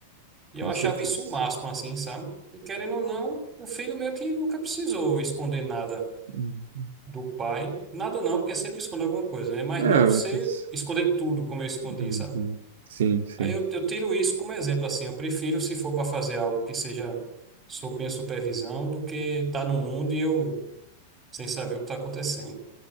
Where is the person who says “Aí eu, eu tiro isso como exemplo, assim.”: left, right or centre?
Right